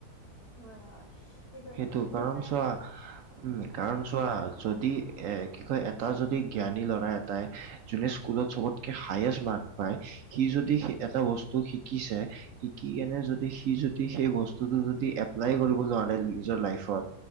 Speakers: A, on the left (about 75°); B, on the right (about 65°).
A: হয় হয়। সেইটোৱে
B: সেইটো
A: যদি কোনোবাই
B: কাৰণ চোৱা উম কাৰণ চো- চোৱা যদি এ কি কয় এটা যদি জ্ঞানী ল'ৰা এটাই যোনে স্কুলত চবতকে হায়েষ্ট মাৰ্ক পায় সি যদি এটা বস্তু শিকিছে শিকি কেনে যদি সি যদি সেই বস্তুটো যদি এপ্লাই কৰিব নোৱাৰে নিজৰ লাইফত